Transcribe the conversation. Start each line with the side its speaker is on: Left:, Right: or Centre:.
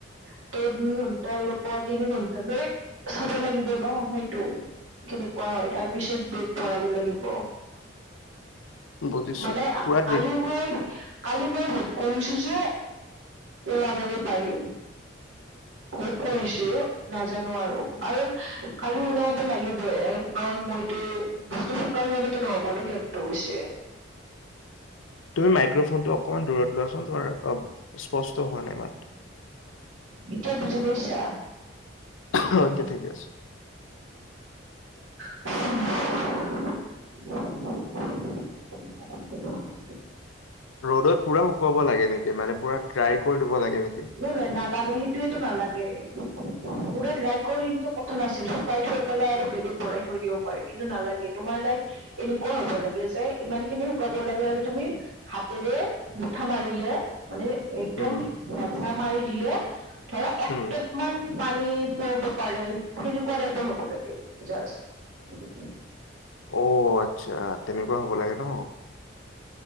Right: ত দুই ঘন্টাৰ পৰা তিনি ঘন্টালৈ চাব লাগিব ন সেইটো। কেনেকুৱা হয় তাৰপিছত বেগ ভৰাব লাগিব।
Left: বুজিছো
Right: মানে
Left: পুৰা
Right: কালি
Left: দূৰ-
Right: মই কালি মই হোপ কৰিছোঁ যে ওলাবগৈ পাৰিম। হ'প কৰিছো
Left: উম, উম,
Right: নাজ জানো আৰু, আৰু কালি ওলাব লাগিব কাৰণ মইতো বস্তু শুকাই নহব ন খেৰটো গৈছে।
Left: তুমি মাইক্ৰফনটো অকমান দূৰত লোৱাচোন তোমাৰ অ স্পষ্ট হোৱা নাই মাত।
Right: ইতিয়া বুজি পাইছা?
Left: আ এতিয়া ঠিকে আছে।
Right: <inaudible>
Left: ৰ'দত পুৰা শুকাব লাগে নেকি মানে পুৰা ড্ৰাই কৰি দিব লাগে নেকি?
Right: নহয় নহয় নালাগে সেইটোয়েটো নালাগে। পোৰা ড্ৰাই কৰি কিন্তু কথা নাছিল শুকাই থৈ পেলাই আৰু বেগত ভৰাই থৈ দিব পাৰিকিন্তু নালাগে তোমাৰ লাইক এনেকুৱা হ'ব লাগে যে, ইমান খিনি শুকাব লাগে যে, তুমি হাতেৰে মুঠা মাৰিলে মানে একদম
Left: উম,
Right: হেচা মাৰি দিলে ধৰা একটুপ
Left: উম।
Right: মান পানী পৰিব পাৰে তেনেকুৱা টাইপৰ হ'ব লাগে জাষ্ট।
Left: অ' আতচ্ছা তেনেকুৱা হ'ব লাগে। ন